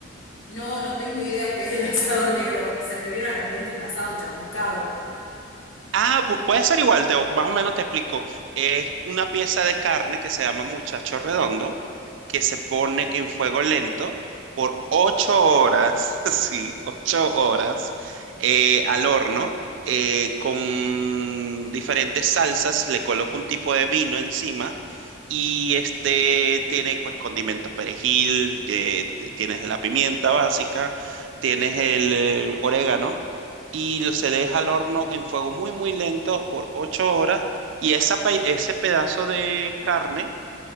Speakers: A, on the left; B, on the right.
A: No, no tengo idea qué es el asado negro. Se me vino a la mente un asado chamuscado.
B: Ah, pu- puede ser igual, te- más o menos te explico. Es una pieza de carne que se llama muchacho redondo, que se pone en fuego lento por ocho horas, <laughs> sí, ocho horas eh, al horno, eh, con diferentes salsas, le coloco un tipo de vino encima y este tiene pues condimentos perejil, que t- tienes la pimienta básica, tienes el eh, orégano y lo- se deja al horno en fuego muy, muy lento por 8 horas. Y esa, pe- ese pedazo de carne